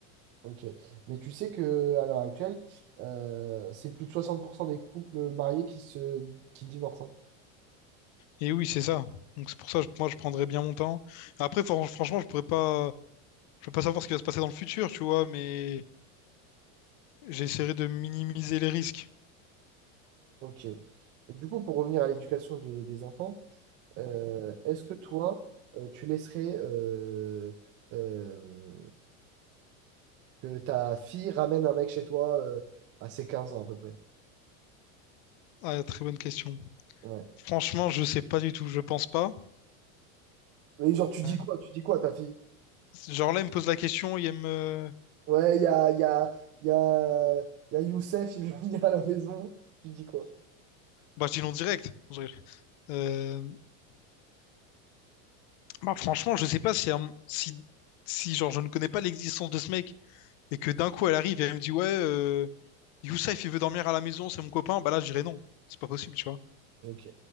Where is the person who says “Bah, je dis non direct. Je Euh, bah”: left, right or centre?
Left